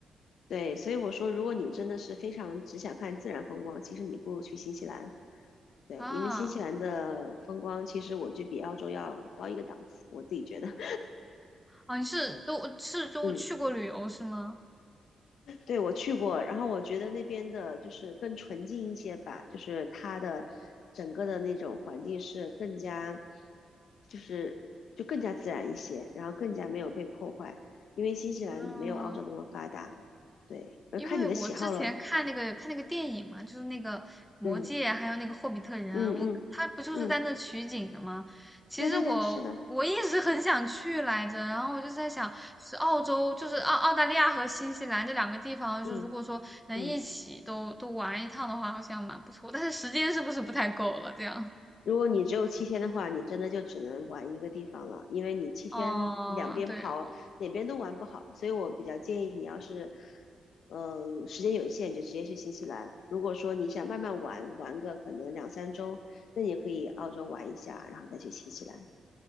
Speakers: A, on the left; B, in the centre.
A: 对，所以我说，如果你真的是非常只想看自然风光，其实你不如去新西兰。对，
B: 啊。
A: 因为新西兰的风光其实我觉得比澳洲要高一个档次，我自己觉得。<laughs>
B: 啊，你是都是都去过旅游是吗？
A: 嗯。对，我去过，然后我觉得那边的就是更纯净一些吧，就是它的整个的那种环境是更加，就是就更加自然一些，然后更加没有被破坏，因为新西兰没有澳洲那么发达。
B: 嗯。
A: 对，我看你的喜好了，
B: 因为我之前看那个看那个电影嘛，就是那个《魔戒》啊，
A: 嗯
B: 还有那个《霍比特人》，
A: 嗯嗯嗯，
B: 我他不就是在那取景的吗？其实我我一直很想去来着，
A: 对对对，是的，
B: 然后我就在想，是澳洲，就是澳澳大利亚和新西兰这两个地方，就如果说能一起都都玩一趟的话，
A: 嗯嗯。
B: 好像蛮不错。但是时间是不是不太够了？这样，
A: 如果你只有七天的话，你真的就只能玩一个地方了，因为你七天两边跑，
B: 哦、对哦，
A: 哪边都玩不好。所以我比较建议你，要是，嗯、时间有限，就直接去新西兰。如果说你想慢慢玩，玩个可能两三周，那你可以澳洲玩一下，然后再去新西兰。